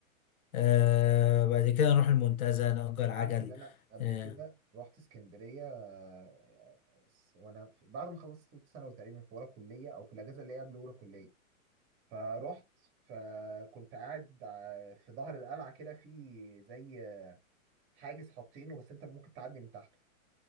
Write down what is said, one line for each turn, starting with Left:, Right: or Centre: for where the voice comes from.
Left: آه بعد كده نروح المنتزه نأجر
Right: انت
Left: عجل
Right: عارف اللي انا قبل
Left: اه
Right: كده رحت اسكندرية آه، س- وانا في- بعد ما خلصت ثالثة ثانوي تقريبا في اولى كلية او في الاجازة اللي هي قبل اولى كلية فرحت فكنت قاعد ع- في ظهر القلعة كده في زي حاجز حاطينه بس انت ممكن تعدي من تحته